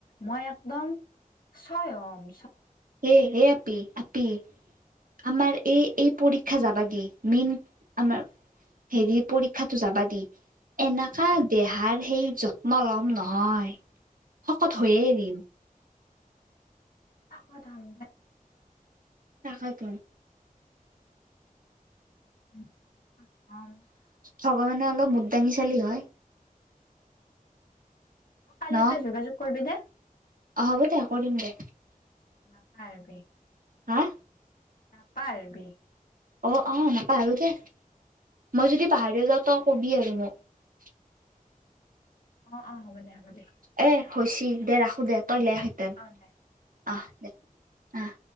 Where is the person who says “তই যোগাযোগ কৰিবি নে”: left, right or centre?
Left